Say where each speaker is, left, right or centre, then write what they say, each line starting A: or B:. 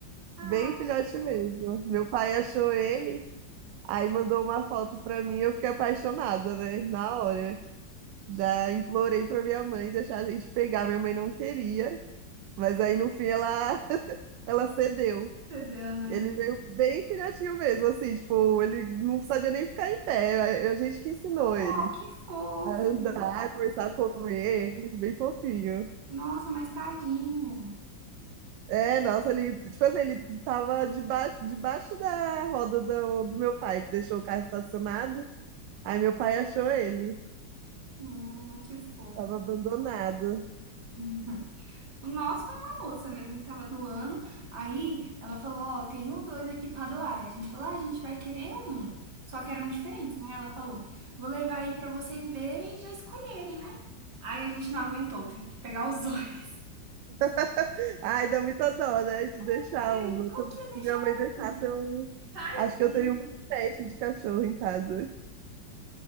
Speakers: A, on the right (about 65°); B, on the right (about 80°).
A: Ah,
B: Bem filhote
A: que fofo.
B: mesmo. Meu pai achou ele, aí mandou uma foto pra mim, eu fiquei apaixonada, né? Na hora. Já implorei pra minha mãe deixar a gente pegar, minha mãe não queria, mas aí no fim ela, <laughs> ela cedeu.
A: Entendeu, né?
B: Ele veio bem filhotinho mesmo, assim, tipo, ele não sabia nem ficar em pé. A a gente que ensinou
A: Oh,
B: ele
A: que fofo.
B: a andar, começar a comer, bem fofinho.
A: Nossa, mas tadinho.
B: É, nossa, ele, tipo assim, ele tava deba- debaixo da roda do, do meu pai, que deixou o carro estacionado. Aí meu pai achou ele,
A: Hum, que fofo.
B: tava abandonado.
A: <laughs> O nosso foi uma moça mesmo que tava doando. Aí ela falou: Ó, tenho dois aqui pra doar. A gente falou: Ah, a gente vai querer um. Só que eram diferentes, né? Ela falou: Vou levar aí pra vocês verem e já escolherem, né? Aí a gente não aguentou, teve que pegar os dois.
B: <laughs> Ai, dá muita dó, né, de deixar
A: <laughs> Ai,
B: um. Eu
A: como
B: tô-
A: que
B: Se
A: ia deixar
B: minha mãe deixasse,
A: um?
B: eu
A: Tadinho.
B: acho que eu teria uma creche de cachorro em casa.